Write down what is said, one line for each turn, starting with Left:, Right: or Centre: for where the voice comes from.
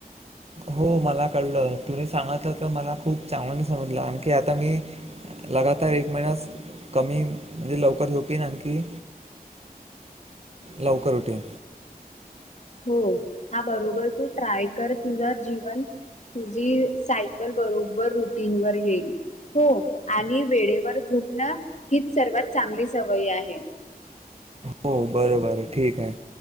Right: हो मला कळलं तुम्ही सांगितलं तर मला खूप चांगनी समजलं आणखी आता मी लगातार एक महिनास कमी म्हणजे लवकर झोपी आणखी लवकर उटे
Left: हो हा बरोबर तू ट्राय कर. तुझा जीवन तुझी सायकल बरोबर रुटीन वर येईल. हो आणि वेळेवर झोपणं हीच सर्वात चांगली सवयी आहे.
Right: हो बर बर ठीक आहे.